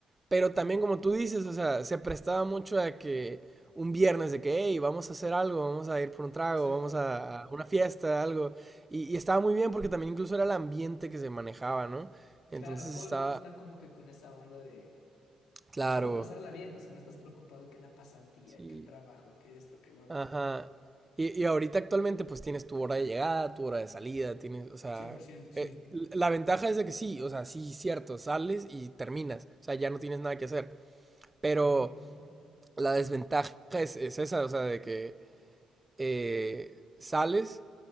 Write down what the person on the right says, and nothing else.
Pero
también, como tú dices, o sea, se prestaba mucho a que un viernes de que, hey, vamos a hacer algo, vamos a ir por un trago,
vamos a, a una fiesta, algo. Y, y estaba muy bien porque también incluso era el ambiente que se manejaba, ¿no? Entonces
estaba,
claro,
sí,
ajá. Y, y ahorita actualmente pues tienes tu hora de llegada, tu hora de salida, tienes, o sea,
eh, la ventaja es de que sí, o sea, sí, cierto, sales y terminas, o sea, ya no tienes nada que hacer. Pero
la desventaja es, es esa, o sea, de que eh, sales,